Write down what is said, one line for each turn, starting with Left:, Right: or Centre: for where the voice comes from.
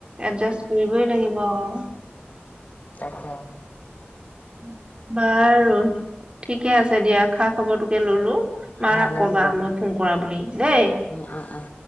Right: এডজাষ্ট কৰিবই লাগিব আৰু
Left: তাকে।
Right: <unintelligible> বাৰু, ঠিকে আছে দিয়া। খা-খবৰটোকে ল'লো।
Left: ভালে
Right: মাৰাক ক'বা
Left: কৰিলা
Right: মই
Left: উম,
Right: ফোন কৰা বুলি, দেই। <inaudible>
Left: উম, উম।